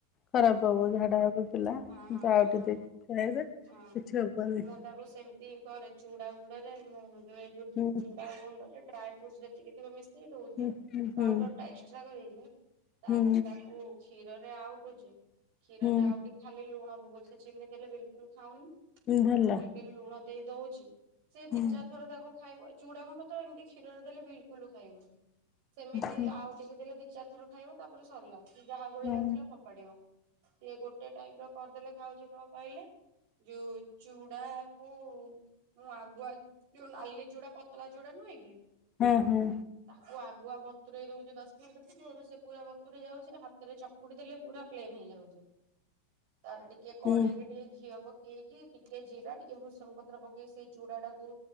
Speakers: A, on the left; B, on the right.
A: ଖରାପ
B: ହଁ
A: ହବନି ଝାଡ଼ା ହୋଉଥିଲା
B: ହଁ
A: କିନ୍ତୁ
B: ହଁ ହଁ
A: ଆଉଟି
B: ହଁ
A: ଦେଇକି ଖୁଆଇଦେ କିଛି
B: ହଁ
A: ହବନି।
B: ମୁଁ ତାକୁ ସେମିତି କରେ ଚୁଡା ଗୁଣ୍ଡରେ ଉଁ ଏଇ ଯୋଉ ଚୁ
A: ହୁଁ
B: ଚୁଡା ଗୁଣ୍ଡରେ ଡ୍ରାଏ ଫ୍ରୁଟସ୍ ଟିକେ ଥିବା ମିଶେଇ ଦଉଚି
A: ହୁଁ ହୁଁ
B: ପାଉଡର ଟା ଏକ୍ସଟ୍ରା କରିକି ତାପରେ
A: ହୁଁ
B: କୁ କ୍ଷୀରରେ ଆଉଟୁଛି କ୍ଷୀରରେ
A: ହୁଁ
B: ଆଉଟି ଖାଲି ଲୁଣ ପକଉଛି ଚିନି ଦେଲେ ବିଲକୁଲ୍ ଖାଉନି
A: ହୁଁ ଭଲ।
B: ଆଉ ଖାଲି ଟିକେ ଲୁଣ ଦେଇ ଦଉଛି। ସେ
A: ହୁଁ
B: ଦିଇ ଚାରିଥର ତାକୁ ଖାଇବ ଚୁଡା ଖଣ୍ଡ ତ ଏମିତି କ୍ଷୀରରେ ଦେଲେ ବିଲକୁଲ୍ ଖାଇବନି। ସେମିତି
A: ହୁଁ
B: ଆଉ ଟିକେ ଟିକେ ଦେଲେ ଦି ଚାରି ଥର ଖାଇବ ତାପରେ ସରିଲା ଯାହା ଗୋଳେଇ
A: ହୁଁ
B: ଆଣିିଥିବ ଫୋପାଡିବ। ସିଏ ଗୋଟେ ଟାଇପ୍ ର କରିଦେଲେ ଖାଉଛି କଣ କହିଲେ? ଯୋଉ ଚୁଡାକୁ ମୁଁ ଆଗୁଆ ଯୋଉ ନାଲି ଚୁଡା ପତଳା ଚୁଡା ନୁହେଁ କି।
A: ହୁଁ ହୁଁ।
B: ତାକୁ ଆଗୁଆ ବତୁରେଇ ଦୋଉଛି ଦଶ ମିନିଟ୍ ପୁର୍ବରୁ ସେ ପୁରା ବତୁୁରି ଯାଉଚି ହା ହାତରେ ଚକୁଡି ଦେଲେ ପୁରା ପ୍ଲେନ ହେଇଯାଉଛି ତାର ଟିକେ କଢେଇରେ
A: ହୁଁ
B: ଟିକେ ଘିଅ ପକେଇକି ଟିକେ ଜିରା ଟିକେ ଭୃସଙ୍ଗ ପତ୍ର ପକେଇି ସେଇ ଚୁଡା ଟାକୁ